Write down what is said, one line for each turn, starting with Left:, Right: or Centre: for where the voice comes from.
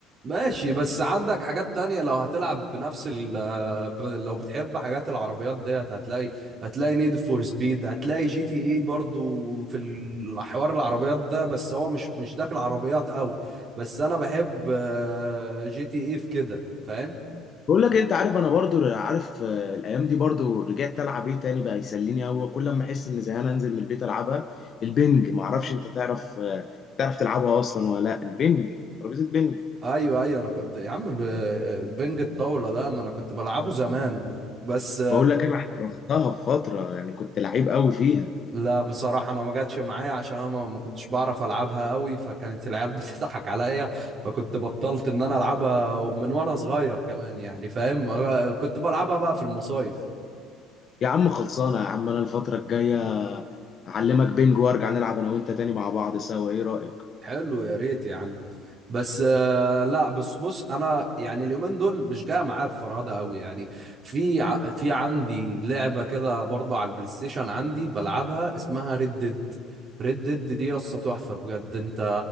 Right: ماشي بس عندك حاجات تانية لو هتلعب بنفس ال ب- لو بتحب حاجات العربيات ديت هتلاقي هتلاقي نيد فور سبيد هتلاقي جي تي اي برضو في الحوار العربيات ده بس هو مش مش داخل عربيات قوي بس انا بحب آه، جي تي اي في كده فاهم
Left: بقول لك انت عارف انا برضو عارف آه، الايام دي برضو رجعت العب ايه تاني بقى يسليني قوي كل ما احس ان زهقان انزل من البيت العبها البنج ما اعرفش انت تعرف آه، تعرف تلعبها اصلا ولا لا البنج ترابيزه بنج
Right: ايوه ايوه انا كنت يا عم ب- بنج الطاولة ده ما انا كنت بلعبه زمان بس
Left: بقول لك انا احترفتها في فتره يعني كنت لعيب قوي فيها
Right: لا بصراحة أنا ما جاتش معايا عشان أنا ما ما كنتش بعرف ألعبها قوي فكانت العيال <laughs> بتضحك عليا فكنت بطلت إن أنا ألعبها من وأنا صغير كمان يعني فاهم كنت بلعبها بقى في المصايف
Left: يا عم خلصانه يا عم انا الفتره الجايه اعلمك بينج وارجع نلعب انا وانت تاني مع بعض سوا ايه رايك
Right: حلو يا ريت يا عم بس آه، لا بس بص انا يعني اليومين دول مش جاي معايا بفرهده قوي يعني في ع- في عندي لعبه كده برضه على البلاي ستيشن عندي بلعبها اسمها ريد ديد ريد ديد دي قصه تحفه بجد انت